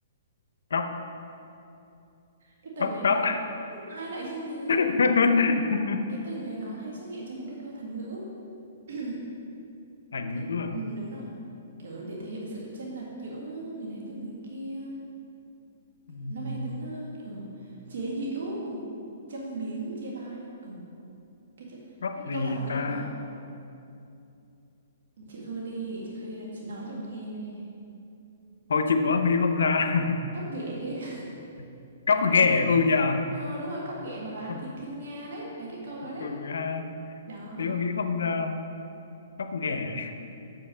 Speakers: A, on the left (about 80°); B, on the right (about 65°).
A: cóc
B: Cái từ
A: cóc
B: này nó...
A: cóc
B: <laughs> Ai lại như thế?
A: <laughs>
B: Cái, cái từ này nó hay xuất hiện trong một cái câu thành ngữ. <clears throat>
A: thành
B: Thế,
A: ngữ à
B: ừ, đúng rồi. Kiểu để thể hiện sự chênh lệch giữa người này với người kia.
A: Ừm,
B: Nó mang tính ờ, kiểu chế giễu, châm biếm, chê bai. ấy. Ừ, cái chữ này.
A: cóc
B: Cái
A: gì
B: câu thành ngữ
A: ta
B: đó. Chịu thôi đi, chịu thôi đi là chị nói cho mình nghe nè.
A: thôi chịu quá nghĩ không ra
B: Cóc ghẻ. <laughs>
A: <laughs> cóc ghẻ ừ nhờ
B: Ờ, đúng rồi, cóc ghẻ mà đòi ăn
A: <laughs>
B: thịt thiên nga đấy. Là cái câu đó
A: ừ
B: đấy.
A: ha
B: Đó.
A: thế mà nghĩ không ra cóc ghẻ